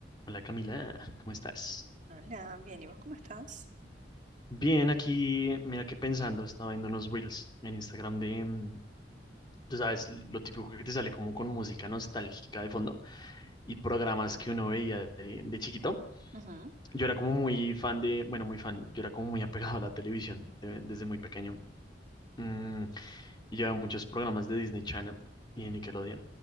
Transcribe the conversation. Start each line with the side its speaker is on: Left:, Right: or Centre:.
Left: Hola Camila, ¿cómo estás?
Right: Hola, bien, ¿y vos cómo estás?
Left: Bien, aquí, mira que pensando, estaba viendo unos reels en Instagram de, mm, tú sabes, lo típico que te sale como con música nostálgica de fondo y programas que uno veía de, de chiquito.
Right: Ujú.
Left: Yo era como muy fan de, bueno, muy fan, yo era como muy apegado a la televisión de- desde muy pequeño. Mm, y llevaba muchos programas de Disney Channel y de Nickelodeon